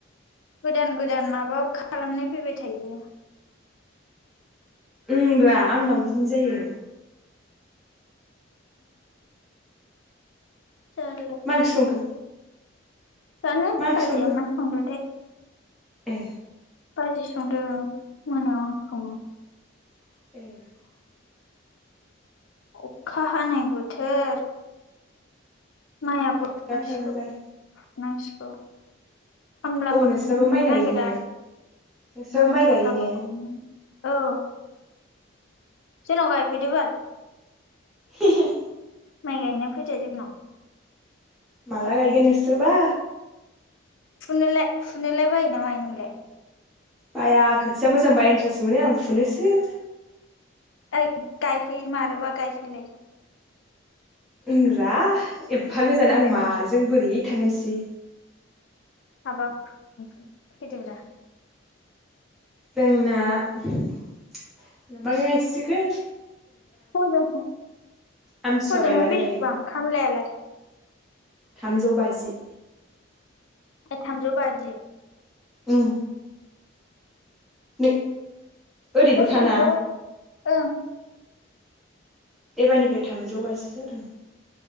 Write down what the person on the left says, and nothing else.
गोदान गोदान माबायाव खालामनाय फैबाय थायो।
<unintelligible>
जानो
बाजैआ
मा संदोथाय।
बाजैसो संदों। मोनायाव आं सङो।
अखा हानाय बोथोर माइआबो
नांसिगौ
नांसिगौ। खामलाफोरखौनो
मोननो
नागिरा
उम
खामलाफोरखौनो
मोना। औ जोंनाव गायफैदो बाल।
माइ गायनो फैदो जोंनाव
फुनोले फुुनोलाय बायोना मायो नोंलाय।
ओइ गायफै मारोबा गायफैलाय।
फैलाय
हाबबाब <inaudible> फैदोब्रा
हजों <inaudible>
हजोंहाय
बेसेबां
खामलायालाय।
ए थामजौ बाजि।
ओरैजाय ओं